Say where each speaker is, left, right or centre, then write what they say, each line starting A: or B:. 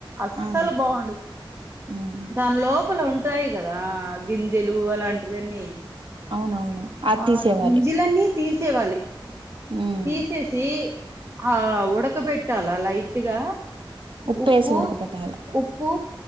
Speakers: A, on the right; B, on the right.
A: అస్సలు
B: ఆ
A: బాగుండద్
B: ఉమ్
A: దాన్ లోపల ఉంట్ టాయి గదా గింజలు అలాంటివన్నీ
B: అవునవును అది
A: ఆ
B: తీసేవాలి
A: గింజలన్నీ తీసేవాలి
B: ఉమ్
A: తీసేసి ఆ ఉడక బెట్టాల లైట్ ఇగా
B: ఉప్పేసి
A: ఉప్పు
B: ఉడకబెట్టాల
A: ఉప్పు